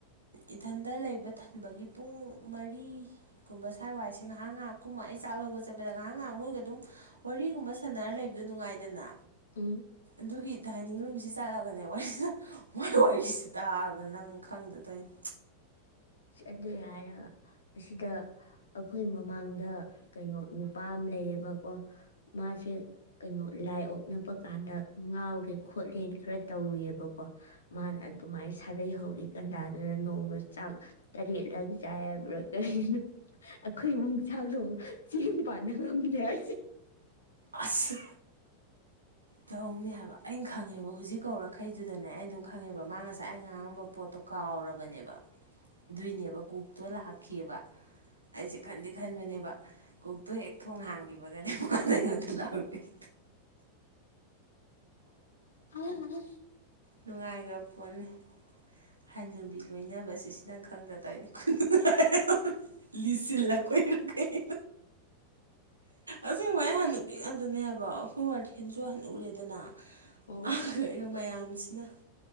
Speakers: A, on the right (about 80°); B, on the left (about 65°).
A: ꯏꯊꯟꯗ ꯂꯩꯕ ꯊꯟꯕꯒꯤ ꯄꯨꯡ ꯃꯔꯤꯒꯨꯝꯕ ꯁ꯭ꯋꯥꯥꯏ ꯋꯥꯏꯁꯦ ꯉꯥꯏꯍꯥꯛ ꯉꯥꯏꯍꯥꯛꯀꯨꯝꯕ ꯑꯩ ꯆꯥꯛ ꯂꯧꯕ ꯆꯠꯄꯗ ꯉꯥꯏꯍꯥꯛ ꯉꯥꯏꯍꯥꯛ ꯃꯣꯏꯒ ꯑꯗꯨꯝ ꯋꯥꯔꯤꯒꯨꯝꯕ ꯁꯥꯟꯅꯔ ꯂꯩꯕꯗ ꯅꯨꯡꯉꯥꯏꯗꯅ
B: ꯎꯝ
A: ꯑꯗꯨꯒꯤ ꯗꯥꯏꯅꯤꯡ ꯔꯨꯝꯁꯤ ꯆꯠꯂꯒꯅꯦ ꯋꯥꯔꯤꯁꯤ ꯃꯥꯏ ꯋꯥꯔꯤꯁꯤ ꯇꯥꯔꯒ ꯅꯪ ꯈꯪꯗ ꯇꯧꯔꯤꯅꯤ
B: ꯑꯗꯨꯏ ꯍꯥꯏꯔꯒ ꯑꯁꯤꯗ ꯑꯈꯣꯏ ꯃꯃꯥꯡꯗ ꯀꯩꯅꯣ ꯅꯨꯄꯥ ꯑꯃ ꯂꯩꯌꯦꯕꯀꯣ ꯃꯥꯁꯦ ꯀꯩꯅꯣ ꯂꯥꯏ ꯑꯣꯛꯅꯕ ꯀꯥꯟꯗ ꯉꯥꯎꯔꯦ ꯈꯣꯠꯂꯦꯅ ꯈꯔ ꯇꯧꯔꯤꯑꯕꯀꯣ ꯃꯥꯅ ꯑꯗꯨꯃꯥꯏꯅ ꯁꯥꯔꯩ ꯍꯧꯔꯤ <unintelligible> ꯔ ꯅꯣꯡ ꯆꯥꯡ ꯇꯔꯦꯠꯂꯛ ꯆꯥꯏ ꯍꯥꯏꯕ꯭ꯔꯥ ꯀꯔꯤꯅꯣ ꯑꯩꯈꯣꯏ ꯏꯃꯨꯛꯁꯥꯛꯗꯣꯡ ꯆꯦꯡ ꯄꯥꯅ ꯉꯝꯅꯦ ꯍꯥꯏꯁꯦ
A: ꯑꯁ ꯇꯧꯅꯤ ꯇꯕꯔꯥ ꯑꯩꯅ ꯈꯪꯉꯦꯕ ꯍꯧꯖꯤꯛ ꯀꯧꯔꯈꯩꯗꯨꯗꯅꯦ ꯑꯩ ꯑꯗꯨꯝ ꯈꯪꯉꯦꯕ ꯃꯥ ꯉꯁꯥꯏ ꯑꯩ ꯉꯥꯡꯉꯝꯕ ꯄꯣꯠꯇꯣ ꯀꯥꯎꯔꯕꯅꯦꯕ ꯑꯗꯨꯏꯅꯦꯕ ꯀꯛꯇꯣ ꯂꯥꯛꯈꯤꯑꯕ ꯑꯩꯁꯦ ꯈꯟꯗꯤ ꯈꯟꯕꯅꯦꯕ ꯀꯨꯛꯇꯣ ꯍꯦꯛ ꯊꯣꯡ ꯍꯥꯡꯈꯤꯕꯒꯅꯦ ꯗ ꯂꯥꯎꯔꯛꯏꯗꯣ
B: ꯎꯝ
A: ꯅꯨꯡꯉꯥꯏꯈ꯭ꯔ ꯄꯣꯠꯅꯤ ꯍꯅꯨꯕꯤ ꯂꯣꯏꯅꯕꯁꯦ ꯏꯁ ꯅꯪ ꯈꯡꯗ ꯇꯧꯔꯤꯅꯦ ꯈꯨꯅꯨꯡꯉꯥꯏ ꯑꯃꯅꯤ ꯂꯤꯁꯤꯜꯄꯩꯔ ꯀꯩꯅꯣ ꯑꯁꯦꯡꯕ ꯑꯩ ꯍꯥꯟꯅ ꯅꯨꯕꯤ ꯉꯥꯛꯇꯅꯦ ꯍꯏꯕ ꯑꯩꯈꯣꯏ ꯋꯥꯔꯗꯦꯟꯁꯨ ꯍꯥꯅꯨꯔꯦꯗꯅ
B: ꯑꯣ
A: <inaudible>
B: ꯍꯣꯏ
A: ꯃꯌꯥꯝꯁꯤꯅ